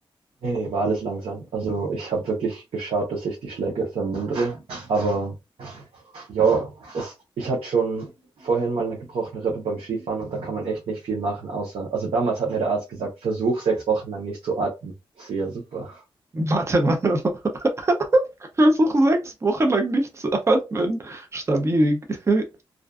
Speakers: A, on the right (about 80°); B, on the right (about 30°).
A: nee, nee, war alles langsam. Also ich habe wirklich geschaut, dass ich die Schläge vermindere. Aber Ja, es, ich hatte schon vorhin mal eine gebrochene Rippe beim Skifahren und da kann man echt nicht viel machen, außer, also damals hat mir der Arzt gesagt, versuch sechs Wochen lang nicht zu atmen. Ich so, ja, super.
B: Warte mal, <laughs> versuch sechs Wochen lang nicht zu atmen. Stabil. <laughs>